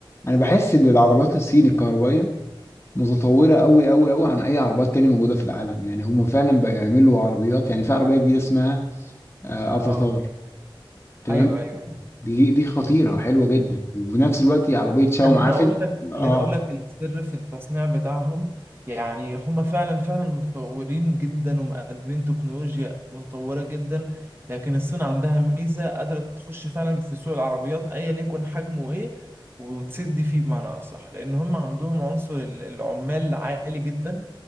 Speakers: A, on the left (about 25°); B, on the right (about 25°).
A: انا بحس ان العربيات الصين الكهربائيه متطوره قوي قوي قوي عن اي عربيات تانية موجوده في العالم يعني هم فعلا بقى يعملوا عربيات يعني في عربيه جديده اسمها آه، افاتار
B: اه
A: تمام
B: ايوه ايوه
A: دي دي خطيره حلوه جدا وفي نفس الوقت هي عربيه شاومي
B: خليني
A: عارف
B: اقول
A: انت
B: لك
A: اه
B: خليني اقول لك السر في التصنيع بتاعهم يعني هم فعلا فعلا متطورين جدا ومقدمين تكنولوجيا متطوره جدا لكن الصين عندها ميزه قادره تخش فعلا في سوق العربيات ايا يكن حجمه ايه وتسد فيه بمعنى اصح لان هم عندهم عنصر ال- العمال عالي جدا